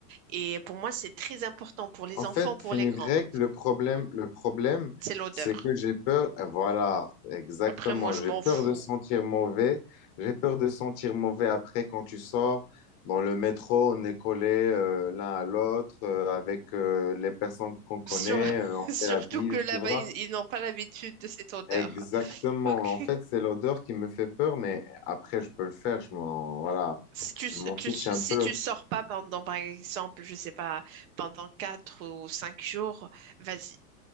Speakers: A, on the right; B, on the left.
A: Et pour moi, c'est très important pour les
B: En fait,
A: enfants, pour
B: fenugrec,
A: les grands.
B: le problème, le problème,
A: C'est l'odeur.
B: c'est que j'ai peur. et Voilà, exactement.
A: Après, moi, je
B: J'ai
A: m'en
B: peur
A: fous.
B: de sentir mauvais. J'ai peur de sentir mauvais après quand tu sors dans le métro, on est collés euh, l'un à l'autre euh, avec euh, les personnes qu'on connaît.
A: Sur- <laughs>
B: euh, on
A: surtout
B: fait la bise,
A: que là-bas,
B: tu vois.
A: ils ils n'ont pas l'habitude de cette odeur.
B: Exactement.
A: Ok.
B: En fait, c'est l'odeur qui me fait peur, mais après, je peux le faire. Je m'en, voilà,
A: Si tu,
B: je m'en fiche
A: tu si
B: un peu.
A: tu sors pas pendant, par exemple, je sais pas, pendant quatre ou cinq jours, vas-y.